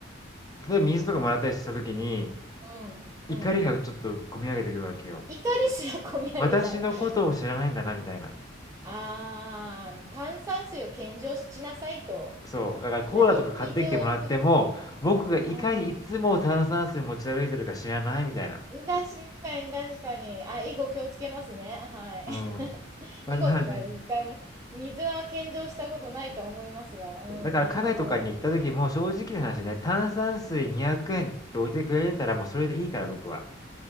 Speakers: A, on the left; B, on the right.
A: 例えば水とかもらったりした時に、
B: うん、
A: 怒りがちょっと込み上げてくるわけよ。
B: うん。怒りすらこみ上げちゃうの。
A: 私のことを知らないんだな、みたいな。
B: あー、炭酸水を献上しなさいと。
A: そう、だからコーラとか買ってきてもらっても、
B: 何水を送っ、
A: 僕がいかにいつも炭酸水持ち歩いてるか知らないみたいな。
B: あ確かに、確かに。あ、以後気をつけますね。はい。
A: うん。
B: <laughs>
A: まあ、
B: 以後っていうか、
A: まあね。
B: 一回も、水は献上したことないとは思いますが、うん、
A: そう、だからカフェとかに行った時も正直な話ね、
B: なるほど。
A: 炭酸水200円って置いてくれてたらもうそれでいいから僕は。